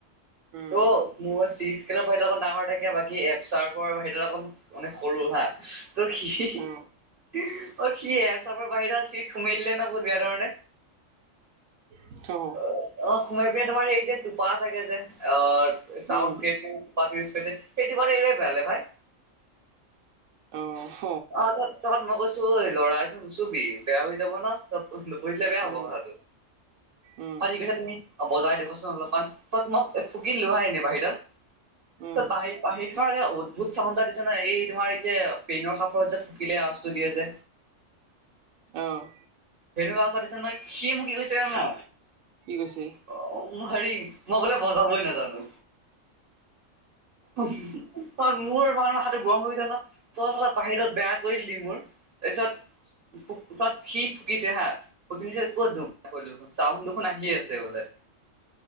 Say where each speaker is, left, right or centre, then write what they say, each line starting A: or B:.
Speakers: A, on the right (about 80°); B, on the right (about 50°).
A: উম,
B: ত--' মোৰ চি-স্কেলৰ বাহিৰত অকণ ডাঙৰ থাকে বাকী এফচাৰফৰ বাহিৰত অকণো মানে সৰু হা ইস্ তোৰ সি সি সি
A: উম,
B: ইহ্ অ সি এন চবৰ বাহিৰাত চিত সোমাই দিলে নহয় বহুত বেয়া ধৰণেৰে।
A: ইয়া থ অহ।
B: অ সোমাই পিনে তোমাৰ হেৰি যে টোপা থাকে যে অ চাউন্ড
A: উম,
B: ট্ৰেটো টোপাটো স্পীডে সেইটো কাৰণে এৰিয়ে পেলালে ভাই
A: অ হ।
B: তহঁত তহঁত মই কৈছো এ এই ল'ৰা এটো নুছোবি বেয়া হৈ যাব ন। তাত বহিলো বহি দিলে বেয়া
A: উম,
B: হ'ব কথাটো
A: উম।
B: পালটি গৈছা তুমি। অ বজাই দেখোৱাচোন অলপমান পিছত মই ফুকি দিলোঁ এনে বাহিডাল
A: উম
B: পিছত বাহিৰ বাঁহীটোৰ পৰা অদ্ভুত চাউণ্ড এটা দিছে নহয় এই ধৰা এই যে পেইনৰ কাপত যে ফুকিলে আওয়াজ টো দিয়ে যে।
A: অ অ অ
B: ভেনু গাঁও ওচৰত দিছে নহয় সি মোক কি কৈছে জানা।
A: কি কৈছে
B: অ উম হেৰি মই বোলে বজাবই নেজানো উম হু হু মোৰ মানে মাথাটো গৰম হৈ যায় ন, তই চালা বাহিৰত বেয়া কৰিলি মোৰ। তাৰপিছত ফুক পিছত সি ফুকিছে হা ফুকি পিত ক'ত ধুম কলো। চাউণ্ড দুখোন আহিয়ে আছে বোলে।